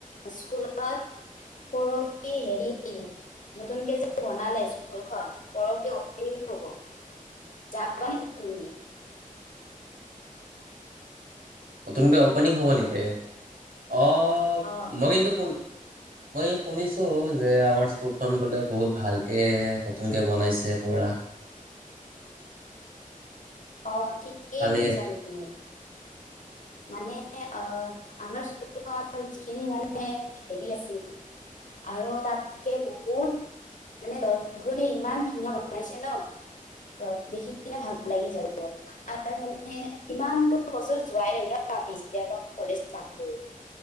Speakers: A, on the left; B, on the right.
A: স্কুলত পৰহি হেৰি নতুনকে যে বনালে স্কুলখন পৰহি অপেনিং হ'ব, যাবা নেকি তুমি।
B: নতুনকৈ অপেনিং হ'ব নেকি? অঁ,
A: অ
B: মই কিন্তু ক মই শুনিছো যে, আমাৰ স্কুলখন বোলে বহুত ভালকে নতুনকে বনাইছে পুৰা।
A: অঁ ঠিকেই
B: কালি
A: শুনিছা তুমি। মানে অ আমাৰ স্কুলৰ যিখিনি মানে হেৰি আছিল আৰু তাতকে বহুত মানে ইমান ধুনীয়া বনাইছে ন দেখি কিনে ভাল লাগি যাব আৰু মানে ইমানতো বছৰ যোৱাই নাই ন। আমি যেতিয়াৰ পা কলেজ ষ্টাৰ্ট কৰিলোঁ।